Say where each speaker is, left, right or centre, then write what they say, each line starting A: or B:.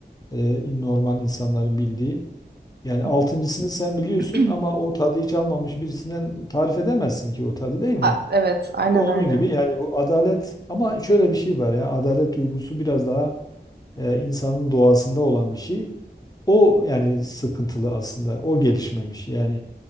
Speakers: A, on the left; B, on the right.
A: e, normal insanların bildiği. Yani
B: hı
A: altıncısını sen biliyorsun
B: hı.
A: ama
B: <clears throat>
A: o tadı hiç almamış birisinden tarif edemezsin ki o tadı değil mi?
B: A- Evet, aynen
A: Bu da onun
B: öyle.
A: gibi yani bu adalet ama şöyle bir şey var ya adalet duygusu biraz daha e, insanın doğasında olan bir şey. O yani sıkıntılı aslında o gelişmemiş yani